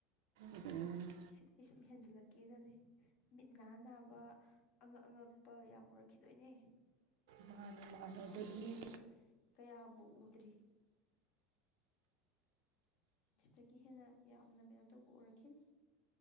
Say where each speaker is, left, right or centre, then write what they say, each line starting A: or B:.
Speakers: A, on the right; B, on the left.
A: <inaudible>
B: ꯁꯤꯗꯩ ꯁꯨꯝ ꯍꯦꯟꯖꯤꯜꯂꯛꯀꯦꯗꯅꯦ ꯃꯤꯠ ꯅꯥ ꯅꯥꯕ ꯑꯉꯛ ꯑꯉꯛꯄ ꯌꯥꯝ ꯎꯔꯛꯈꯤꯗꯣꯏꯅꯦ
A: ꯃꯥꯅ ꯃꯥꯅ
B: ꯁꯤꯁꯤꯗꯤ
A: ꯑꯗꯒꯤ
B: ꯀꯌꯥꯕꯨ ꯎꯗ꯭ꯔꯤ ꯁꯤꯗꯒꯤ ꯍꯦꯟꯅ ꯌꯥꯝꯅ ꯀꯩꯅꯣ ꯇꯧꯕ ꯎꯔꯛꯈꯤꯅꯤ